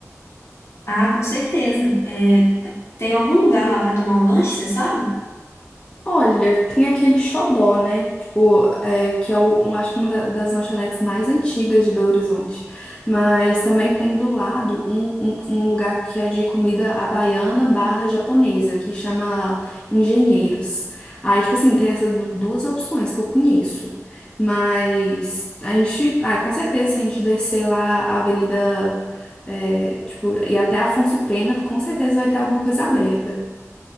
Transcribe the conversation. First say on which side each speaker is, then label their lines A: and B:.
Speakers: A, on the left; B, on the left.
A: Ah, com certeza. É, tem algum lugar lá para tomar um lanche, você sabe?
B: Olha, tem aquele xodó, né? Tipo, é, que é, o, um- acho que uma da- das lanchonetes mais antigas de Belo Horizonte. Mas também tem do lado um, um, um lugar que é de comida havaiana barra japonesa, que chama Engenheiros. Aí, tipo assim, tem essas du- duas opções que eu conheço. Mas a gente, ah, com certeza, se a gente descer lá a Avenida, é, tipo, e até Afonso Pena, com certeza vai ter alguma coisa aberta.